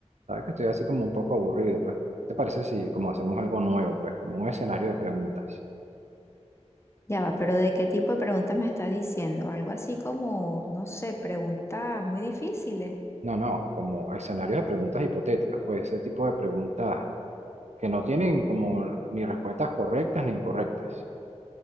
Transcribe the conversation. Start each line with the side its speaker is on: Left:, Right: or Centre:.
Right: Sabes que estoy así como un poco aburrido, pues. ¿Te parece si como hacemos algo nuevo, pues, como un escenario de preguntas?
Left: Ya va, pero ¿de qué tipo de preguntas me estás diciendo? Algo así como, no sé, preguntas muy difíciles.
Right: No, no, como escenarios de preguntas hipotéticas, pues, ese tipo de preguntas que no tienen como ni respuestas correctas ni incorrectas.